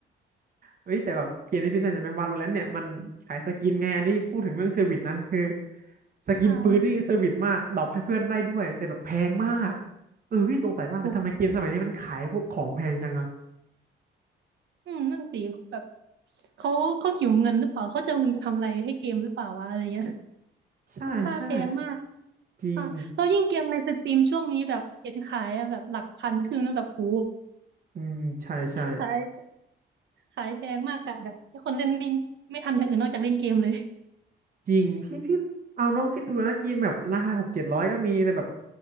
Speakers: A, on the right (about 45°); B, on the right (about 65°).
A: เอ้ยแต่แบบเกมที่พี่เล่นในแมวาโลแลนต์เนี่ยมันขายสกินไงอันนี้พูดถึงเรื่องเซอร์วิสนะคือสกินปืนนี่เซอร์วิสมากดรอปให้เพื่อนได้ด้วยแต่แบบแพงมาก
B: ต่าง
A: เออพี่สงสัยมากเลยทำไมเกมสมัยนี้มันขายพวกของแพงจังอะ
B: โหอืมนั่นสิแบบเขาเขาหิวเงินหรือเปล่าเขาจะเอาเงินไปทำอะไรให้เกมหรือเปล่าวะอะไรเงี้ย
A: ใช่ใช่
B: ค่าแพงมาก
A: จริง
B: ค่ะแล้วยิ่งเกมในสตรีมช่วงนี้แบบเห็นขายอะแบบหลักพันขึ้นแล้วแบบโห
A: อืมอืมใช่ใช่
B: ขาย ขายแพงมากกะแบบให้คนเล่นไม่ไม่ทำอย่างอื่นนอกจากเล่นเกมเลย
A: จริงพี่พี่เอาน้องคิดดูนะเกมแบบราคาหกเจ็ดร้อยก็มีแต่แบบ